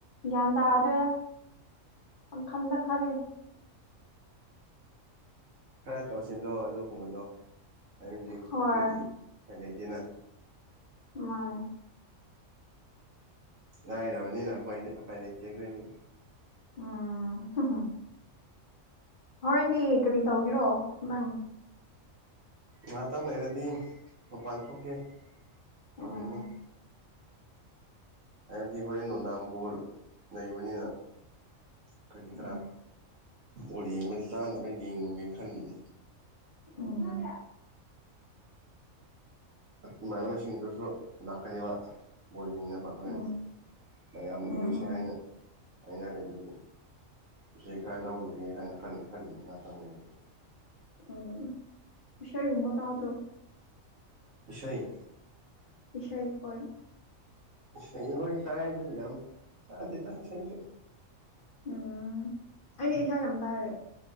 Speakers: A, on the left (about 40°); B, on the right (about 65°).
A: ꯒ꯭ꯌꯥꯟ ꯇꯥꯗ꯭ꯔꯦꯗ ꯄꯪꯈꯟꯗ ꯈꯜꯂꯤ
B: ꯈꯔ ꯇꯧꯁꯤꯟꯅꫭ ꯑꯗꯨꯒꯨꯝꯕꯗꯣ ꯍꯥꯏꯕꯗꯤ ꯑꯩꯈꯣꯏꯗꯤ
A: ꯍꯣꯏ
B: ꯎꯄꯥꯏ ꯂꯩꯇꯦꯅ
A: ꯃꯥꯅꯦ
B: ꯂꯥꯏꯔꯕꯅꯤꯅꯥ ꯑꯈꯣꯏꯗꯤ ꯎꯄꯥꯢ ꯂꯩꯇꯦ ꯑꯈꯣꯏꯗꯤ
A: ꯎꯝ <unintelligible> ꯍꯣꯔꯦꯟꯗꯤ ꯀꯔꯤ ꯇꯧꯒꯦꯔꯣ ꯅꯪ
B: ꯉꯥꯇꯪ ꯂꯩꯔꯗꯤ ꯃꯄꯥꯟ ꯊꯣꯛꯀꯦ ꯇꯧꯔꯤꯅꯦ
A: ꯎꯝ
B: ꯍꯥꯏꯕꯗꯤ ꯍꯣꯔꯦꯟ ꯅꯨꯡꯗꯥꯡ ꯕꯣꯜ ꯂꯩꯩꯕꯅꯤꯅ ꯀꯔꯤ ꯀꯔꯥ
A: ꯎꯝ
B: ꯕꯣꯜ ꯌꯦꯡꯕꯗ ꯆꯥꯅꯕ ꯌꯦꯡꯉꯨꯒꯦ ꯈꯜꯂꯤꯅꯦ
A: ꯎꯝ
B: ꯏꯃꯥꯅꯕ ꯁꯤꯁꯤꯡꯗꯨꯁ ꯂꯥꯛꯀꯅꯤꯕ ꯕꯣꯜ ꯌꯦꯡꯃꯤꯟꯅꯕ ꯍꯣꯔꯦꯟ
A: ꯎꯝ
B: ꯃꯌꯥꯝ
A: ꯎꯝ
B: ꯌꯦꯡꯁꯤ
A: ꯎꯝ
B: ꯍꯥꯏꯅ ꯍꯥꯏꯅꯔꯦ ꯑꯗꯨꯒꯤ ꯎꯆꯦꯛ ꯈꯔ ꯂꯧꯔꯨꯒꯦ ꯍꯥꯏꯅ ꯈꯜ ꯈꯜꯂꯤꯅꯦ ꯉꯥꯇꯪ ꯂꯩꯔꯗꯤ
A: ꯎꯝ ꯏꯁꯩ ꯒꯨꯝꯕ ꯇꯥꯗ꯭ꯔꯣ
B: ꯏꯁꯩ
A: ꯏꯁꯩ ꯍꯣꯏ
B: ꯏꯁꯩ ꯍꯣꯏ ꯇꯥꯏ ꯑꯗꯨꯕꯨ ꯌꯥꯝ ꯇꯥꯗꯦꯗ ꯏꯁꯩꯁꯨ
A: ꯎꯝ ꯑꯩ ꯏꯁꯩ ꯌꯥꯝ ꯇꯥꯌꯦ